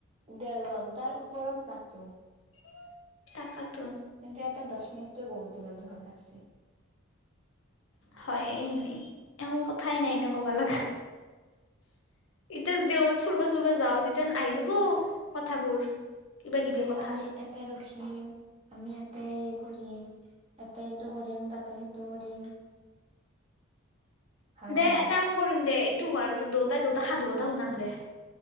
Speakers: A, on the right (about 30°); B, on the left (about 70°).
A: দেৰ ঘন্টাৰ ওপৰত পাতো।
B: <unintelligible>
A: কিন্তু এটা দচ সেইটোয়ে বহুত দীঘল, দীঘল লাগিছে।
B: হয় এ হেনেই একো কথাই নাই ন। ক'বা লাগা এতিয়া যদি কৰোবাত ফুৰিব চুৰিব যাও তেতিয়া আহি যাব কথাবোৰ। কিবা কিবি
A: এ
B: কথা
A: আমি এতে ৰখিম আমি এ তাতেই কৰিম এটা এইটো কৰিম তাতে সেইটো কৰিম হয়
B: দে
A: নে নাই?
B: এটা কাম কৰিম দে এইটো হোৱাৰ পিছত দুটাই দু এটা সাধুকথা শুনাম দে।